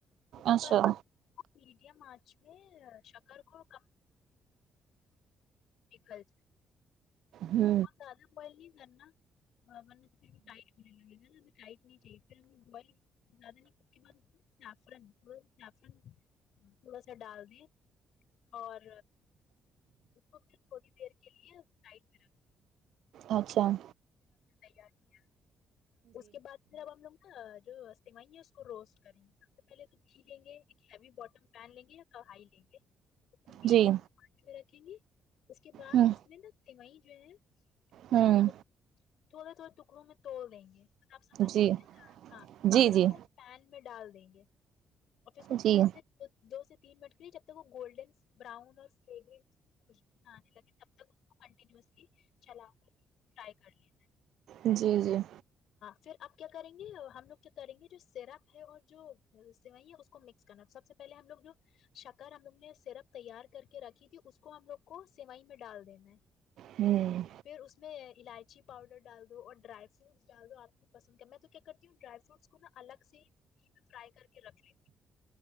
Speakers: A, on the left; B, on the right.
A: اس کے
B: اچھا
A: بعد نا چ میں شکر کو ک کرل
B: ہ
A: اور دادہ بلی نا ہ م نےے کھر ٹ مل لے ج چاہیے پھر زیادہ نہیں سفرن سفرن تھوڑا سا ڈال دیں اور اس کو پھر تھوڑی دیر کے لیے ائٹ کر
B: اچان
A: نہیں آپ اس کے بعد پھر اب ہم لوگ نا سوئی ہے اس کو روسٹ کریں گے سب سے پہلے گھی لیں گے ایک ہیوی بوٹم پین لیں گے یا کائی لیں گے میڈمچ
B: جی
A: اس کے بد
B: ہوں
A: اس میں نہ ت وہیں ج
B: ہوں
A: اسپت تھوڑے تھوے ٹکڑوں میں توڑ دیں گے آب سمجھ
B: جی
A: گئی نا ہاں اور
B: جی
A: پھر
B: جی
A: اس کو پین میں ڈال دیں گے آفس کو
B: جی
A: تین سے دو دو سے تین منٹ کے لیے جب تک وہ گولڈن براؤن اور ف خش آنے لگے تب تک اس کنٹینلی چلا کر فرائی کرنے
B: جی جی
A: پھر اپ کیا کریں گے ہم لوگ کیا کریں گے جو سراپ ہے اور جو سوئی ہیں اس کو مکس کرنا سب سے پہلے ہم لوگ جو شکر ہم لوگوں نے صرف تیار کر کے رکھی تھی اس کو ہم لوگ کو سمائی میں ڈال دینا ہے
B: ہوں
A: پھر اس میں الائچی اچی پاؤڈر ڈال دو اور ڈرائی فروٹ چالو آپ کی پسند کا میں تو کیا کرتی ہوں ڈرائی فروٹس کو نا الگ سے فرائی کر کے رکھ لیتی ہوں